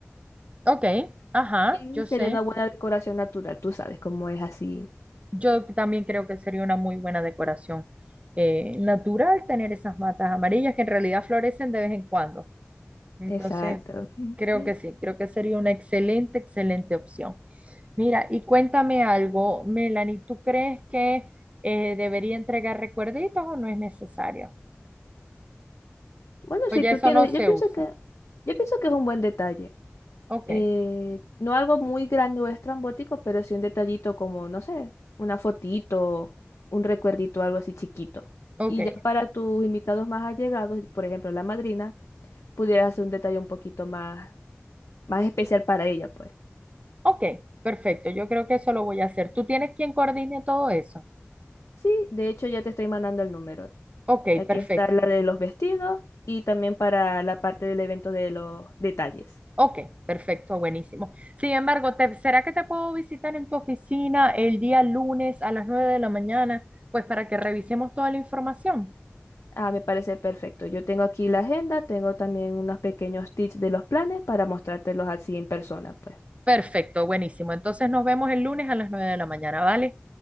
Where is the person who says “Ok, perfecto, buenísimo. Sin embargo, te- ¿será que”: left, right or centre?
Right